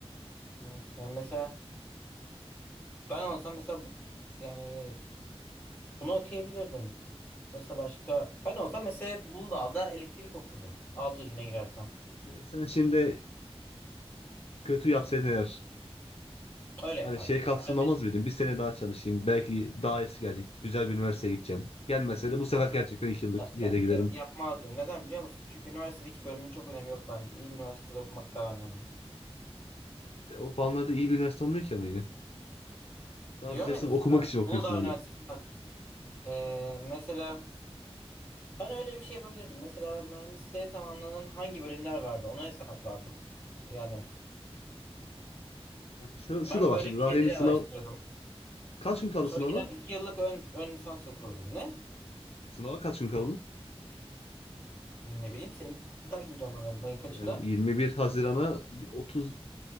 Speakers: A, on the left; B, on the left.
A: Evet. Yani mesela ben olsam mesela bu- yani bunu okuyabilirdim. Mesela başka ben olsam mesela Uludağ'da elektrik okurdum. 600 bine girersem.
B: Ya sen şimdi kötü yapsaydın eğer
A: Öyle yapardım.
B: Hani şey kapsamamaz
A: Hani benim
B: mıydım? Bir sene daha çalışayım. Belki daha iyisi gelecek. Güzel bir üniversiteye gideceğim. Gelmese de bu sefer
A: yok
B: gerçekten iki yıllık
A: ya-
B: yere
A: ya- ya-
B: giderim.
A: yapmazdım. Neden biliyor musun? Çünkü üniversitedeki bölümün çok önemi yok bence. İyi bir üniversitede okumak daha önemli.
B: E, O puanlarda iyi bir üniversite olmuyor ki ama yine. Sadece
A: Diyorum ya
B: sırf
A: mesela
B: okumak için okuyorsun
A: Uludağ
B: hani.
A: Üniversitesi'nde bak, eee, mesela ben öyle bir şey yapabilirdim. Mesela mühendisliğe tamamlanan hangi bölümler vardı onu hesaplardım. Yani
B: Yani şu,
A: Ben
B: şu da var
A: böyle
B: şimdi.
A: bir
B: Daha
A: şeyleri
B: henüz sınav...
A: araştırdım.
B: Kaç gün kaldı
A: Sonra
B: sınava?
A: gider iki yıllık ön, ön lisans okurdum. Ne?
B: Sınava kaç gün kaldı?
A: Ne bileyim seni takip ediyorum anladım. Ayın kaçında?
B: Yani 21 Haziran'a bir 30